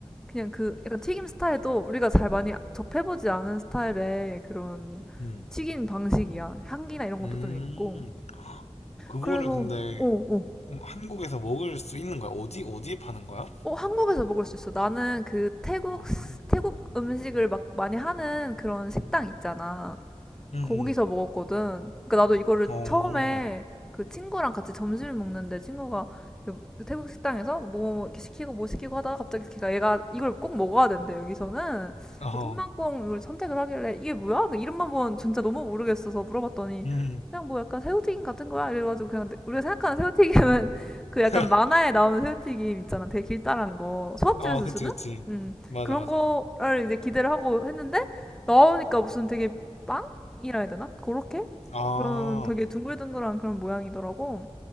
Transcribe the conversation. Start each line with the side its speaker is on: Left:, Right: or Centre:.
Centre: 그냥 그 약간 튀김 스타일도 우리가 잘 많이 접해보지 않은 스타일의 그런
Left: 음.
Centre: 튀긴 방식이야. 향기나 이런 것도
Left: 음.
Centre: 좀 있고.
Left: <gasps> 헉, 그거를
Centre: 그래서,
Left: 근데
Centre: 오 오
Left: 음, 한국에서 먹을 수 있는 거야? 어디 어디에 파는 거야?
Centre: 어, 한국에서 먹을 수 있어. 나는 그 태국,
Left: 아.
Centre: 스- 태국 음식을 막 많이 하는 그런 식당 있잖아.
Left: 음,
Centre: 거기서
Left: 음.
Centre: 먹었거든. 그러니까 나도 이거를
Left: 어. 음
Centre: 처음에
Left: 음.
Centre: 그 친구랑 같이 점심을 먹는데 친구가 그 태국 식당에서 뭐 이렇게 시키고 뭐 시키고 하다가 갑자기 걔가 얘가 이걸 꼭 먹어야 된대 여기서는
Left: 오 어.
Centre: 그래서 텀만콩 이걸 선택을 하길래 이게 뭐야? 그 이름만 본 진짜 너무 모르겠어서 물어봤더니
Left: 음.
Centre: 그냥 뭐 약간 새우튀김 같은 거야 이래가지고 그냥 우리가 생각하는 새우튀김은 <laughs> 그 약간
Left: <laughs>
Centre: 만화에 나오는 새우튀김 있잖아 되게 길다란 거 소밥집에서
Left: 아, 그치,
Centre: 쓰는
Left: 그치.
Centre: 음
Left: 맞아,
Centre: 그런
Left: 맞아.
Centre: 거를 이제 기대를 하고 했는데 나오니까 무슨 되게 빵 이라 해야 되나? 그렇게?
Left: 아,
Centre: 그런 되게 둥글둥글한 그런 모양이더라고.